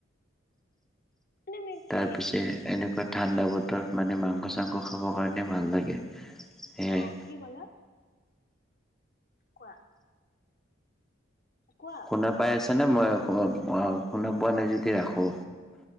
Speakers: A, on the left (about 45°); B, in the centre.
A: মানে মে কি
B: তাৰ পিছে এনেকুৱা ঠাণ্ডা বতৰ মানে মাংস চাংস খাবৰ কাৰণে ভাল লাগে সেয়াই।
A: অ কি ক'লা? কোৱা। কোৱা।
B: শুনা পাই আছেনে মই শু অ' শুনা পোৱা নাই যদি ৰাখো।